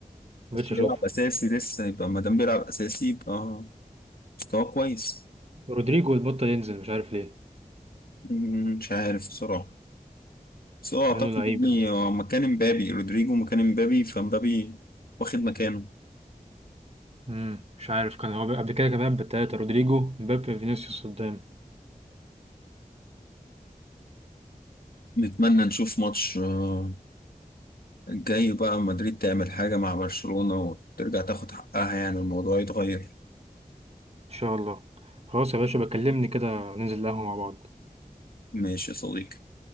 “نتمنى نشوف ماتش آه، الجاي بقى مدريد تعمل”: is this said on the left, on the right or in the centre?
Left